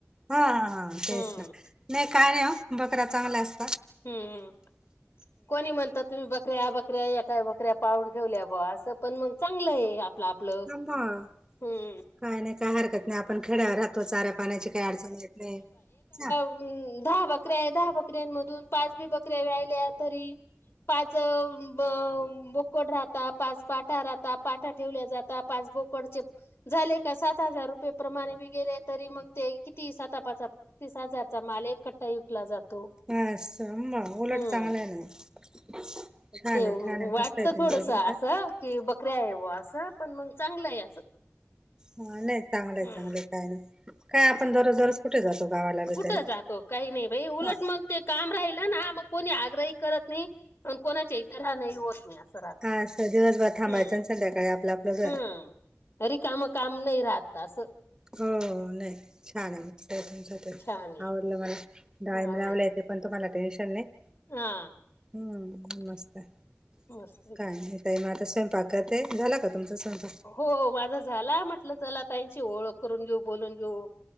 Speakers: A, on the right (about 15°); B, on the left (about 65°).
A: हा तेच
B: हम्म
A: ना, नाही काय नाही बकरा चांगला अस
B: हम्, कोणी म्हणत तुम्ही बकऱ्या, बकऱ्या एका बकऱ्या पाळून ठेवल्या बस पण मग चांगलं हाय आपलं, आपलं
A: ना मग
B: हम्म
A: काय नाही, काय हरकत नाही आपण खेड्या राहतो चाऱ्या पाण्याची काही अडचण येत नाही, च
B: हम् दहा बकऱ्या दहा बकऱ्यांमधून पाच बी बकऱ्या रायल्या तरी पाच ब बोकड राहता पाच पाठा राहता पाठा ठेवल्या जातात पासबुक कडचे झाले का सात हजार रुपये प्रमाणे बी गेले तरी मग ते किती सातपाचा पस्ततीस हजारचा माल एक कट्टा विकला जातो
A: हा अस हम उलट
B: हम्म
A: चांगलं आहे ना छान
B: ते
A: आहे छान आहे
B: वाटत
A: मस्त आहे तुमचं
B: थोडस
A: बरं
B: असं
A: का.
B: कि बकऱ्या आहेव असं पण मग चांगलं आहे असं
A: ह नाही चांगलंय
B: हम्म
A: चांगलंय काय नाही काय आपण दरोज दरोज कुठे जातो गावाला बी
B: कुठं
A: तरी
B: जातो काही नाही बाई उलट
A: हा
B: मग ते बाई काम राहिल ना मग कोणी आग्रही करत नाही प कोणाच्या इतर हा नाही होत नाही सरात
A: अस दिवसभर थांबायचं
B: हम्म
A: आणि संध्याकाळी आपलं आपलं घर
B: हम्म रिकामं काम काम नाही राहत तसं
A: हो नाही छान आहे मग
B: छान आहे
A: आवडलं मला डाळींब
B: आवडलं
A: लावला येते पण तु मला टेन्शन नाही
B: हा
A: हम् मस्त आहे
B: मस्त आहे
A: काय
B: का
A: नाही काई मग आता स्वयंपाक ते झाला का तुमचां स्वयंपाक
B: हो माझा झाला म्हटलं चला ताईची ओळख करून घेऊ बोलून घेऊ